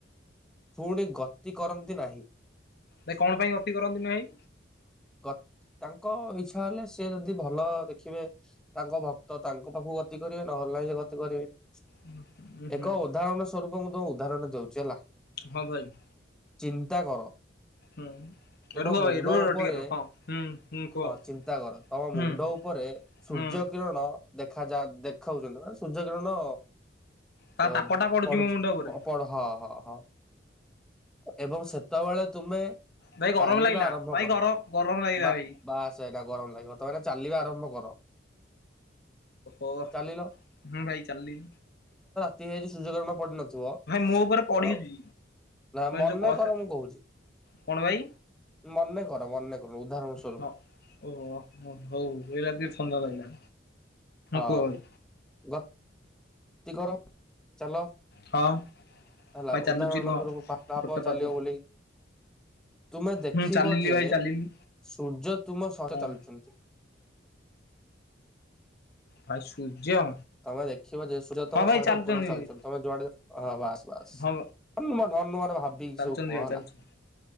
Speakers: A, in the centre; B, on the left (about 60°).
A: ପୁଣି ଗତି କରନ୍ତି ନାହିଁ
B: ଭାଇ କଣ ପାଇଁ ଗତି କରନ୍ତି ନି ଭାଇ?
A: ଗତ ତାଙ୍କ ଇଚ୍ଛା ହେଲେ ସେ ଯଦି ଭଲ ଦେଖିବେ ତାଙ୍କ ଭକ୍ତ ତାଙ୍କ ପାଖକୁ ଗତି କରିବେ ନହେଲେ ନାହିଁ ସେ ଗତି କରିବେନି
B: ହୁଁ
A: ଏକ ଉଦାହରଣ ସ୍ୱରୂପ ତ ମୁଁ ତମକୁ ଉଦାହରଣ ଟେ ଦୋଉଚି ହେଲା।
B: ହଁ ଭାଇ।
A: ଚିନ୍ତା କର
B: ହୁଁ
A: ତୁମ
B: ରୁହ
A: ମୁଣ୍ଡ
B: ଭାଇ ରୁହ ରୁହ
A: ଉପରେ
B: ଟିକେ ରୁହ ହଁ ହୁଁ ହୁଁ କୁହ
A: ହଁ ଚିନ୍ତା କର ତମ ମୁଣ୍ଡ
B: ହୁଁ
A: ଉପରେ ସୂର୍ଯ୍ୟକିରଣ
B: ହୁଁ
A: ଦେଖାଯାଆନ୍ତ ଦେଖୋଉଚନ୍ତି ମାନେ ସୂର୍ଯ୍ୟ କିରଣ
B: ତା
A: ଅପ
B: ତାପ ଟା ପଡୁଛି
A: ପଢୁଚି
B: ମୋ ମୁଣ୍ଡ ଉପରେ
A: ହ ପଢ଼ ହଁ ହଁ ହଁ। ଏବଂ ସେତେବେଳେ ତୁମେ
B: ଭାଇ ଗରମ
A: ଚାଲିବା
B: ଲାଗିଲା
A: ଆରମ୍ଭ
B: ଭାଇ
A: କର
B: ଗର ଗରମ ଲାଗିଲା
A: ବା
B: ଭାଇ
A: ଵାଆ ସାଇ ଟା ଗରମ ଲାଗିବ ତମାନେ ଚାଲିବା ଆରମ୍ଭ କର
B: ଓହ
A: ଚାଲିଲ
B: ହୁଁ ଭାଇ ଚାଲି-
A: ତି ଆଜି ସୂଯ୍ୟକିରଣ ପଡିନଥିବ
B: ମୋ ଉପରେ ପଡିଛି
A: ଅ ନା ମନେ
B: ଯୋଉ କସ
A: କର ମୁଁ କହୁଚି
B: କଣ ଭାଇ
A: ମନେ କର ମନେ କର ଉଦାହରଣ ସ୍ୱରୂପ
B: ହଁ ଓହୋ ହଉ ଏଇଲା ଟିଏ ଥଣ୍ଡା ଲାଗିଲା।
A: ହଁ
B: କୁହ ଭାଇ
A: ଗତ ତିକର ଚାଲ
B: ହଁ
A: ହେଲା
B: ଭାଇ ଚାଲୁଛି
A: ଉଦାହରଣ
B: ରୁହ
A: ସ୍ଵରୂପ ଭା ଭାବ
B: ଗୋଟେ
A: ଚାଲିବ
B: ପାଦ
A: ବୋଲିକି ତୁମେ ଦେଖିବ
B: ହୁଁ ଚାଲିଲି
A: ଯେ
B: ଭାଇ ଚାଲିଲି
A: ସୂର୍ଯ୍ୟ ତୁମ ଶହ
B: ହଁ
A: ଚାଲୁଚନ୍ତି।
B: ଭାଇ ସୂର୍ଯ୍ୟ?
A: ତମେ ଦେଖିବ ଯେ ସୂଯ୍ୟ
B: ହଁ
A: ତମ
B: ଭାଇ
A: ଶହେ
B: ଚାଲୁଛନ୍ତି
A: ଓପର ଚାଲୁଚନ୍ତି
B: ଭାଇ
A: ତମେ ଯୁଆଡେ ହଁ ବାସ ବାସ
B: ହଁ
A: ଅନୁମାନ ଅନୁମାନ ଭାବିକି
B: ଚାଲୁଛନ୍ତି
A: ସବୁ କୁହ
B: ଭାଇ
A: ହେଲା।
B: ଚାଲୁଛନ୍ତି